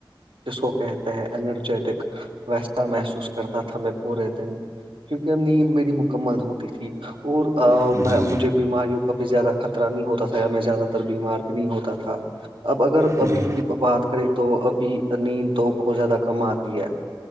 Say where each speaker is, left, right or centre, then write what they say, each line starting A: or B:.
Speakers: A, on the right; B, on the right.
A: جس کو کہتے ہیں انرجیٹک ویسا محسوس کرتا تھا میں پورے دن کیونکہ اب نیند میری مکمل ہوتی تھی اور
B: جی
A: میں مجھے بیماریوں کا بھی زیادہ خطرہ نہیں ہوتا تھا میں زیادہ تر بیمار بھی نہیں ہوتا تھا اب اگر
B: جی
A: ابھی
B: جی
A: کی بات کریں تو ابھی نیند تو بہت زیادہ کم آتی ہے